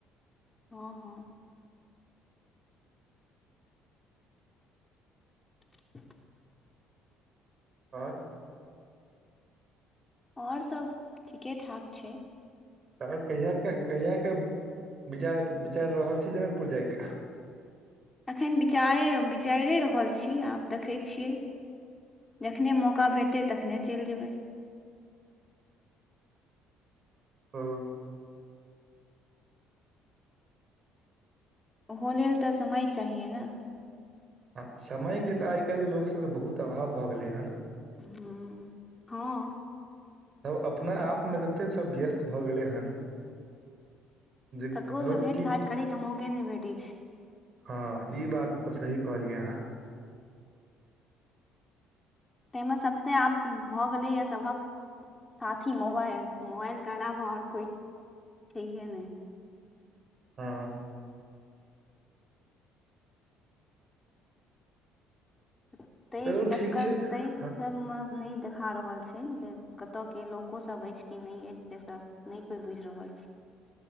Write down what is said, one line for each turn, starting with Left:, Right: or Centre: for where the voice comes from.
Left: हँ हँ। <inaudible>
Right: ओर
Left: आओर सभ ठीके ठाक छै।
Right: त कहिया क कहियआ क विचार विचारि रहल छी जनकपुर जायके।
Left: एखन विचारे विचारिए रहल छी आब देखैत छियै जखनेहि मौका भेटतै तखने चलि जेबै।
Right: हँ।
Left: ओहो लेल त समय चाहियै ने।
Right: हँ समयके त आइ काल्हि लोकसभके बहुत अभाव भऽ गेलै हन।
Left: ह हँ।
Right: सभ अपना आपमे ततेक सभ व्यस्त भ गेलै हन जे
Left: ककरोसँ
Right: लोक
Left: भेँट
Right: की
Left: घाँट करैके मौक के नहि भेटी छै।
Right: हँ ई बात त सही कहलियै अहाँ।
Left: ताहिमे सभसँ आब भऽगेलैए सभक साथी मोबाइल मोबाइलके अलावा आओर कोइ छहे नहि।
Right: हँ
Left: <inaudible> ताहि
Right: चलू
Left: चक्कर
Right: ठीक छै
Left: तहि
Right: हँ
Left: सबमें नहि देखा रहल छै जे कतयके लोकोसभ अछि कि नहि अछि से सभ नहि कोइ बुझि रहल छै